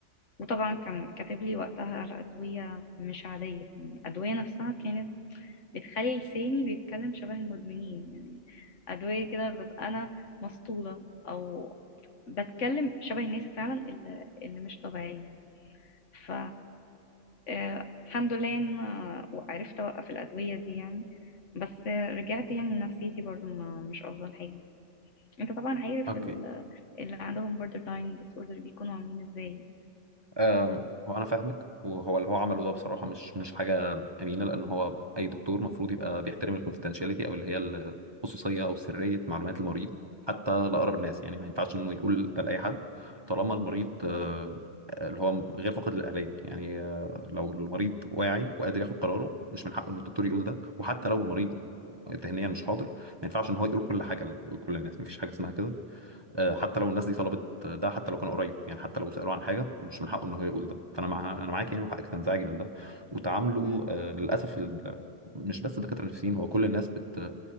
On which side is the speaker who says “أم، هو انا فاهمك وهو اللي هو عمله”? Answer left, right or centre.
Right